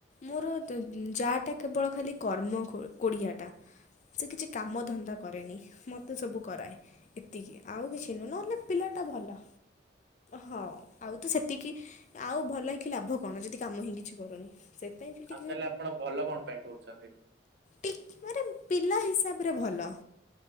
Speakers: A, on the left; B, on the right.
A: ମୋର ଯାଟା କେବଳ ଖାଲି କର୍ମ କୋଡ଼ିଆଟା। ସେ କିଛି କାମ ଧନ୍ଦା କରେନି ମତେ ସବୁ କରାଏ। ଏତିକି ଆଉ କିଛି ନୁହ ନହେଲେ ପିଲାଟା ଭଲ ହଁ। ଆଉ ତ ସେତିକି ଆଉ ଭଲ ହେଇକି ଲାଭ କଣ ଯଦି କାମ ହିଁ କିଛି କରୁନି। ସେଥିପାଇଁ ଟିକେ
B: ଆଉ ତାହେଲେ ଆପଣ ଭଲ କଣ ପାଇଁ କହୁଛନ୍ତି?
A: ଟ ମାନେ ପିଲା ହିସାବରେ ଭଲ।